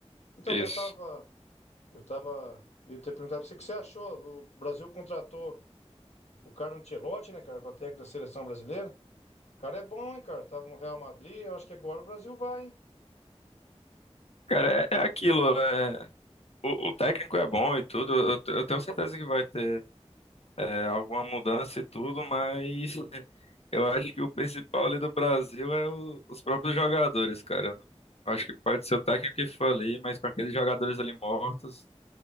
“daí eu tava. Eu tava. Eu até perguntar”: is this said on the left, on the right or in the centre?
Left